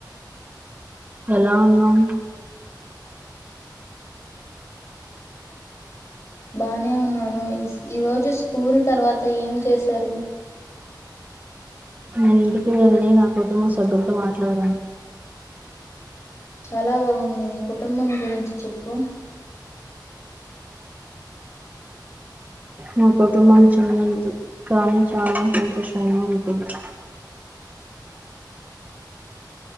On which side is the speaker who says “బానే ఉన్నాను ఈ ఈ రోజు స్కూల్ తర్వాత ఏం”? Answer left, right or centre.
Left